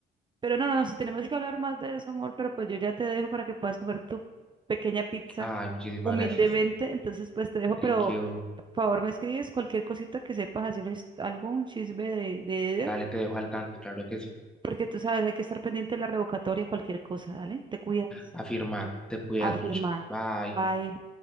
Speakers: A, on the right (about 25°); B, in the centre.
A: Pero no, no, no, si tenemos que hablar más de eso, amor, pero pues yo ya te dejo para que puedas comer tu pequeña pizza
B: Ay, muchísimas
A: humildemente.
B: gracias.
A: Entonces, pues te dejo,
B: Thank
A: pero
B: you.
A: favor, me escribes cualquier cosita que sepas, así un es- algún chisme de, de Eder,
B: Dale, te dejo al tanto, claro que sí.
A: porque tú sabes, hay que estar pendiente de la revocatoria, cualquier cosa, ¿dale? Te cuidas,
B: Afirmar, te cuidas
A: afirmar.
B: mucho. Bye.
A: Bye.